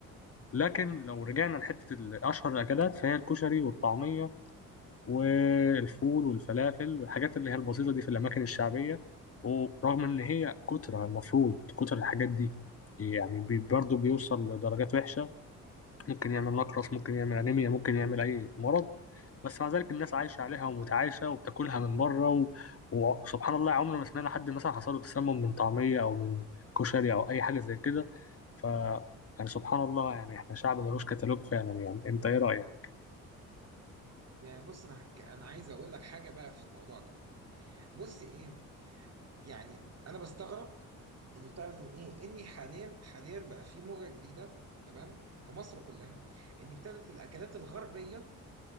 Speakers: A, on the left; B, on the right.
A: لكن لو رجعنا لحتة ال- أشهر الأكلات فهي الكشري والطعمية والفول والفلافل والحاجات اللي هي البسيطة دي في الأماكن الشعبية ورغم إن هي كترة المفروض كتر الحاجات دي يعني بي- برضو بيوصل لدرجات وحشة ممكن يعمل نقرس ممكن يعمل أنيميا ممكن يعمل أي مرض بس مع ذلك الناس عايشة عليها ومتعايشة وبتاكلها من بره و... وسبحان الله عمرنا ما سمعنا حد مثلا حصل له تسمم من طعمية أو من كشري أو أي حاجة زي كده ف يعني سبحان الله يعني احنا شعب ملوش كتالوج فعلا يعني انت ايه رأيك؟
B: يعني بص انا هك... انا عايز اقول لك حاجه بقى في الموضوع ده بص ايه يعني انا بستغرب ان بتاع ان ايه اني حاليا حاليا بقى في موجه جديده تمام في مصر كلها ان ابتدت الاكلات الغربيه